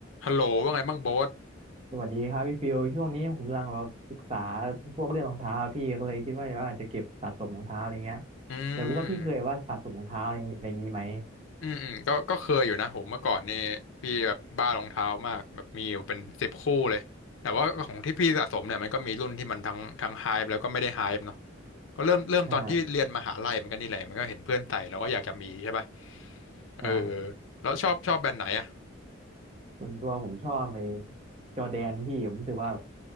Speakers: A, on the left; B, on the right.
A: ฮัลโหลว่าไงบ้างโบ๊ท
B: สวัสดีครับพี่ฟิวช่วงนี้ผมกำลังแบบศึกษาพวกเรื่องรองเท้าพี่ก็เลยคิดว่าว่าจะเก็บสะสมรองเท้าอะไรเงี้ย
A: อืม
B: อยากรู้ว่าพี่เคยว่าสะสมรองเท้าอะไรอย่างงี้อะไรอย่างงี้ไหม
A: อืมอืมก็ก็เคยอยู่นะโหเมื่อก่อนนี่พี่แบบบ้ารองเท้ามากแบบมีอยู่เป็นสิบคู่เลยแต่ว่าของที่พี่สะสมเนี่ยมันก็มีรุ่นที่มันทั้งทั้งไฮป์แล้วก็ไม่ได้ไฮป์เนาะก็เริ่มเริ่มตอนที่เรียนมหาลัยมันก็นี่แหละมันก็เห็นเพื่อนใส่แล้วก็อยากจะมีใช่ป่ะ
B: ใช่
A: เออ
B: ใช่
A: แล้วชอบชอบแบรนด์ไหนอ่ะ
B: ส่วนตัวผมชอบไอ้จอร์แดนพี่ผมรู้สึกว่า